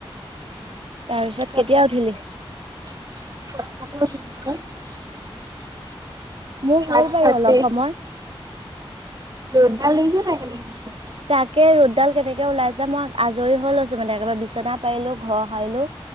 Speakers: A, on the right; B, on the right.
A: তাৰপিছত
B: তাৰপা
A: কেতিয়া উঠিলি
B: <unintelligible>
A: মোৰ
B: সাতটাতে
A: হ'ল বাৰু অলপ সময়
B: ৰ'দডাল দেখিছ নাই কেনেকে‌ দিছে
A: তাকে ৰ'দডাল কেনেকে ওলাইছে মই আজৰি হৈ লৈছো মানে একেবাৰে বিচনাত পাইলো ঘৰ হাইলো